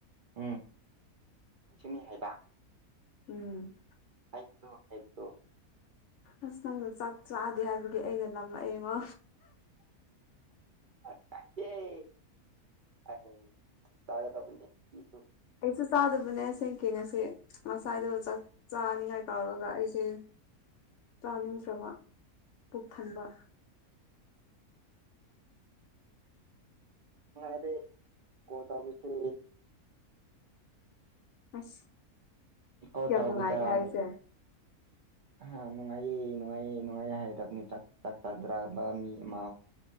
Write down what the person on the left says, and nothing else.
ꯎꯝ
ꯑꯁ ꯅꯪꯅ ꯆꯥꯛ ꯆꯥꯗꯦ ꯍꯥꯏꯕꯒꯤ ꯑꯩꯅ ꯂꯥꯝꯂꯛꯑꯦꯉꯣ
ꯑꯩꯁꯨ ꯆꯥꯗꯕꯅꯦ ꯑꯁꯦꯡꯀꯤ ꯉꯁꯤ ꯉꯁꯥꯏꯗꯣ ꯆꯥꯛ ꯆꯥꯅꯤꯉꯥꯏ ꯇꯧꯔꯒ ꯑꯩꯁꯦ ꯆꯥꯅꯤꯡꯇ꯭ꯔꯥꯕ ꯄꯨꯛ ꯊꯟꯕ
ꯑꯁ
ꯌꯥꯝ
ꯅꯨꯡꯉꯥꯏꯒꯦ ꯍꯥꯏꯁꯦ